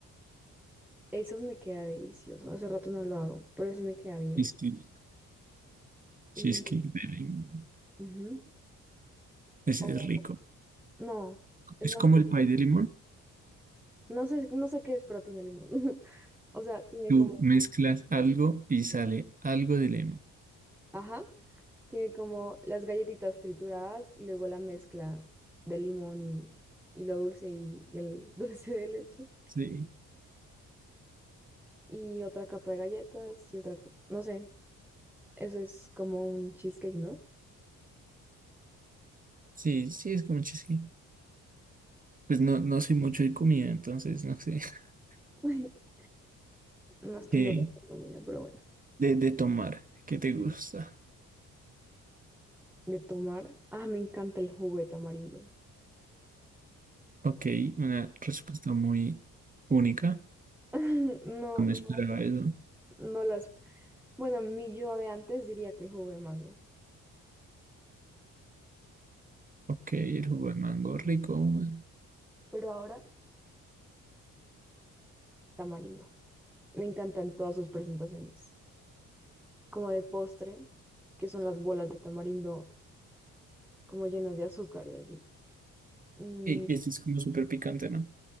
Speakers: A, in the centre; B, on the right.
A: Eso me queda delicioso. Hace rato no lo hago, pero sí me queda bien.
B: Cheesecake,
A: Y,
B: cheesecake de limón.
A: ujú.
B: Es,
A: O,
B: es rico.
A: no, es
B: Es
A: más,
B: como
A: como-
B: el pie de limón.
A: no sé, no sé qué es, pero tiene limón. <laughs> O sea, tiene
B: Tú
A: como,
B: mezclas algo y sale algo de limón.
A: ajá, tiene como las galletitas trituradas y luego la mezcla de limón y, y lo dulce y, y el <laughs> dulce de leche.
B: Sí,
A: Y otra capa de galletas y otra, co- no sé, eso es como un cheesecake, ¿no?
B: sí, sí, es como cheesecake. Pues no, no soy mucho de comida, entonces no sé. <laughs>
A: <laughs> No estudio
B: ¿Qué
A: gastronomía, pero bueno.
B: de, de tomar? ¿Qué te gusta?
A: De tomar. Ah, me encanta el jugo de tamarindo.
B: Ok, una respuesta muy única.
A: <laughs> No,
B: No
A: no,
B: me esperaba eso.
A: no las. Bueno, mi yo de antes diría que el jugo de mango,
B: Ok, el jugo de mango rico. bueno.
A: pero ahora tamarindo. Me encantan todas sus presentaciones. Como de postre, que son las bolas de tamarindo, como llenas de azúcar y así. Mm,
B: Y y este es como súper picante, ¿no?